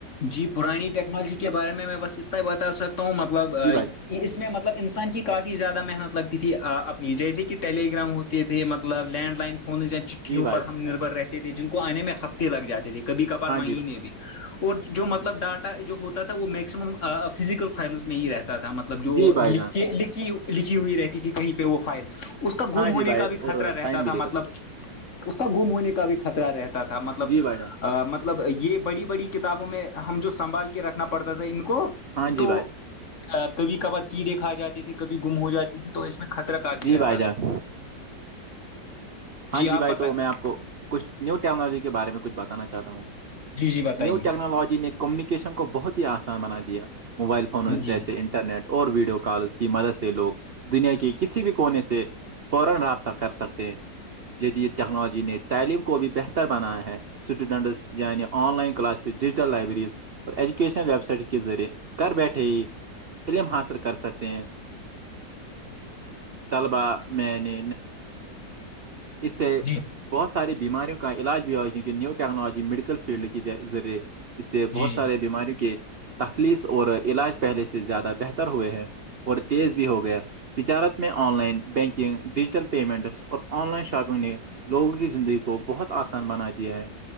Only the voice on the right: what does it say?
جی بھائی جان
جی بھائی
جان
ہاں
جی بھائی
جی بھائی
جان
ہاں
جی
بھائی
اور
ٹائم
بھی
لیتا
جی بھائی جان
ہاں جی
بھائی
جی
بھائی جان
ہاں جی
بھائی
تو میں آپ کو کچھ نیو ٹیکنالوجی کے بارے میں کچھ بتانا چاہتا ہوں
نیو ٹیکنالوجی نے کمیونیکیشن کو بہت ہی آسان بنا دیا موبائل فونوں
جیے
انٹرنیٹ اور ویڈیو کال کی مدد سے لوگ دنیا کے کسی بھی کونے سے <inaudible> جدید ٹیکنالوجی نے تعلیم کو بھی بہتر بنایا ہے سٹوڈنٹسیعنی online classes digital libraries اور ایجوکیشنل ویب سائٹ کے ذریعے کرھر بیٹھے ہی علم حاصل کر سکتے ہیں طلبا میں نے اس سے
بہت ساری بیماریوں کو کا علاج بھی ہوا کیونکہ نی ٹیکنالوجیڈیکل فلڈ کے ذریعے اس سے
بہت
سارے بیماریوں کے تخلیص اور علاج پہلے سے زیادہ بہتر ہوئے ہیں اور تیز بھی ہو گیا تجارت میں online banking digital payments اور آن لائن شاپنگ نے لوگوں کی زندگی کو بہت آسان بنا دیا ہے